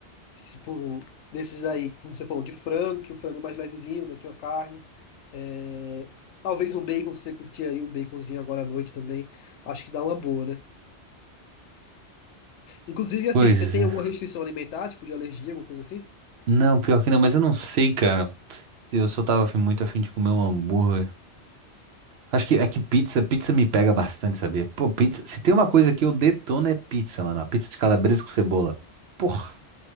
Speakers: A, on the left; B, on the right.
A: tipo, desses aí, como você falou, de frango, que o frango é mais levezinho, né? Que uma carne. É, Talvez um bacon, se você curtir aí o baconzinho agora à noite também, acho que dá uma boa, né? Inclusive, assim,
B: Pois,
A: você tem
B: é.
A: alguma restrição alimentar, tipo de alergia, alguma coisa assim?
B: não, pior que não, mas eu não sei, cara. Eu só tava muito afim de comer um hambúrguer. Acho que é que pizza, pizza me pega bastante, sabia? Pô, pizza, se tem uma coisa que eu detono é pizza, mano. A pizza de calabresa com cebola. Porra,